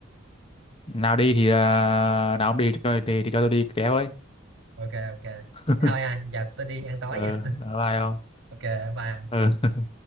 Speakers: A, on the left (about 30°); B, on the right (about 65°).
A: nào đi thì ờ, nào ông đi cho đi thì cho tôi đi kéo ấy
B: ok ok
A: <laughs>
B: Thế thôi à giờ tôi đi ăn tối
A: ờ
B: nha
A: ờ, ai không
B: ok bye
A: ừ. <laughs>